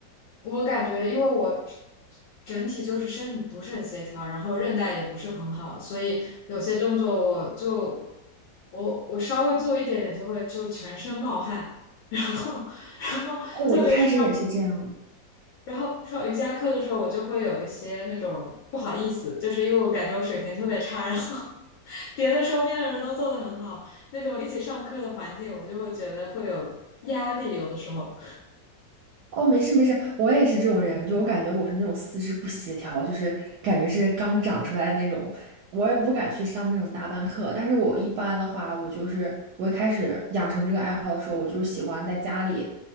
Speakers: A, on the left; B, on the right.
A: 我感觉，因为我整整体就是身体不是很协调，然后韧带也不是很好，所以有些动作我就，我我稍微做一点点就会就全身冒汗，<laughs> 然后然后特别是上，
B: 哦，我一开始也是这样。
A: 然后上瑜伽课的时候，我就会有一些那种不好意思，就是因为我感觉我水平特别差，然后别的周边的人都做得很好，那种一起上课的环境，我就会觉得会有压力，有的时候。
B: 哦，没事没事，我也是这种人，就我感觉我是那种四肢不协调，就是感觉是刚长出来的那种，我也不敢去上那种大班课。但是我一般的话，我就是我一开始养成这个爱好的时候，我就是喜欢在家里，